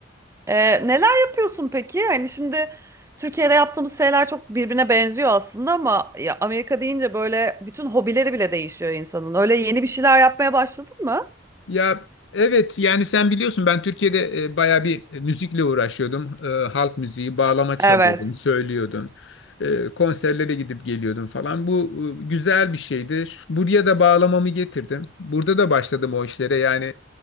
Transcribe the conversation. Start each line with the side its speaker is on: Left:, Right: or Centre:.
Right: Ee, neler yapıyorsun peki? Hani şimdi Türkiye'de yaptığımız şeyler çok birbirine benziyor aslında ama ya Amerika deyince böyle bütün hobileri bile değişiyor insanın. Öyle yeni bir şeyler yapmaya başladın mı?
Left: Ya evet yani sen biliyorsun ben Türkiye'de e, bayağı bir e, müzikle uğraşıyordum. E, halk müziği, bağlama çalıyordum,
Right: Evet.
Left: söylüyordum. E, konserlere gidip geliyordum falan. Bu e, güzel bir şeydi. Şu- Buraya da bağlamamı getirdim. Burada da başladım o işlere. Yani